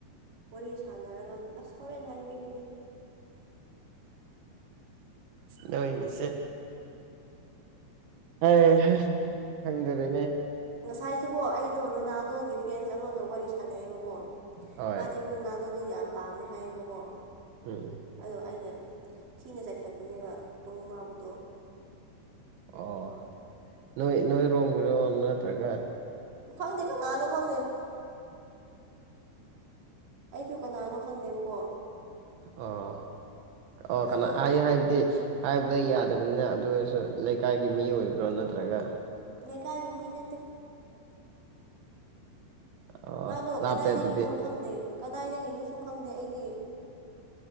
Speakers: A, on the right; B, on the right.
A: ꯋꯥꯔꯤ ꯁꯥꯟꯅꯔꯀꯥꯟꯗ ꯑꯁ ꯍꯣꯔꯦꯟ ꯍꯥꯏꯕꯤꯔꯒꯦꯅ
B: ꯂꯣꯏꯒꯤꯁꯦ ꯍ ꯆꯪꯗꯔꯦ
A: ꯉꯁꯥꯏꯁꯤꯕꯣ ꯑꯩꯗꯣ ꯔꯣꯅꯥꯜꯗꯣꯒꯤ ꯐꯦꯟꯁ ꯑꯃꯒ ꯋꯥꯔꯤ ꯁꯥꯟꯅꯩꯌꯦꯕ ꯑꯣꯣ
B: ꯍꯣꯏ
A: ꯃꯥ ꯗꯤꯔꯒꯨ ꯅꯥꯗꯣꯟꯗꯣ ꯌꯥꯝ ꯄꯥꯝꯃꯦ ꯍꯥꯏꯌꯦꯕꯀꯣ
B: ꯎꯝ ꯎꯝ
A: ꯑꯗꯣ ꯑꯩꯅ ꯊꯤꯅ ꯆꯥꯏꯊꯠꯄꯅꯦꯕ ꯃ ꯃꯥꯕꯗꯣ
B: ꯑꯣ ꯅꯣꯏ ꯅꯣꯏꯔꯣꯝꯒꯤꯔꯣ ꯅꯠꯇ꯭ꯔꯒ
A: ꯐꯪꯗꯦ ꯀꯖꯥꯅꯣ ꯐꯪꯗꯦ ꯑꯩꯁꯨ ꯀꯅꯥꯅꯣ ꯈꯪꯗꯦꯕꯀꯣ
B: ꯑꯣ ꯑꯣ
A: ꯑꯗꯣ
B: ꯀꯅꯥ ꯑꯩ ꯍꯥꯏꯕꯗꯤ ꯍꯥꯏ ꯌꯥꯗꯕꯅꯤꯅ ꯑꯗꯨ ꯑꯣꯏꯔꯁꯨ ꯂꯩꯀꯥꯏꯒꯤ ꯃꯤ ꯑꯣꯏꯕ꯭ꯔꯣ ꯅꯠꯇ꯭ꯔꯒ
A: ꯂꯩꯦꯀꯥꯏꯒꯤ ꯃꯤꯅꯠꯇ
B: ꯑꯣ
A: ꯃꯥꯗꯣ
B: ꯂꯥꯞꯄꯦ
A: ꯀꯗꯥꯏꯗꯒꯤꯅꯣ
B: ꯑꯗꯨꯗꯤ
A: ꯈꯪꯗꯦ ꯀꯗꯥꯏꯗꯒꯤꯅꯣꯁꯨ ꯈꯪꯗꯦ ꯑꯩꯗꯤ